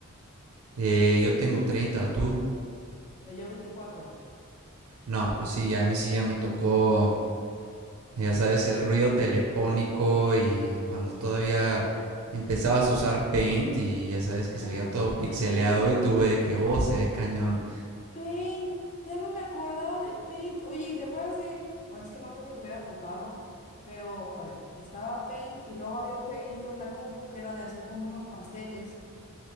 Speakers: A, on the right; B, on the left.
A: Eh, yo tengo 30, ¿tú?
B: Eh, Yo veinticuatro
A: No, pues sí, a mí sí ya me tocó, ya sabes, el ruido telefónico y cuando todavía empezabas a usar Paint y ya sabes que
B: Ajá.
A: se veía todo pixeleado
B: Ah,
A: y tuve que, oh, se ve cañón.
B: Paint, ya no me acordaba de Paint. Oye, ¿y te acuerdas de...? Bueno, es que no creo que te hubiera tocado, pero a ver, estaba Paint y luego había un jueguito en la compu que era de hacer como unos pasteles.